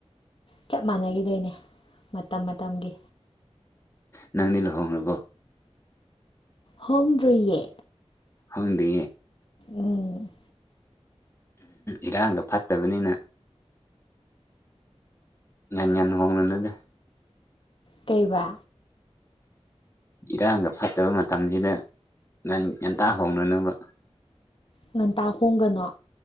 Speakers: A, on the left (about 50°); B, on the left (about 25°).
A: ꯆꯞ ꯃꯥꯟꯅꯈꯤꯗꯣꯏꯅꯦ ꯃꯇꯝ ꯃꯇꯝꯒꯤ
B: ꯅꯪꯗꯤ ꯂꯨꯍꯣꯡꯔꯕꯣ
A: ꯍꯣꯡꯗ꯭ꯔꯤꯌꯦ
B: ꯈꯪꯗꯦ
A: ꯎꯝ
B: ꯏꯔꯥꯡꯒ ꯐꯠꯇꯕꯅꯤꯅ ꯉꯟꯅ ꯉꯟꯅ ꯍꯣꯡꯂꯨꯅꯨꯗ
A: ꯀꯩꯕ
B: ꯏꯔꯥꯡꯒ ꯐꯠꯇꯕ ꯃꯇꯝꯖꯤꯗ ꯉ ꯉꯟꯇꯥ ꯍꯣꯡꯔꯨꯅꯨꯕ
A: ꯉꯟꯇꯥ ꯍꯣꯡꯒꯅꯣ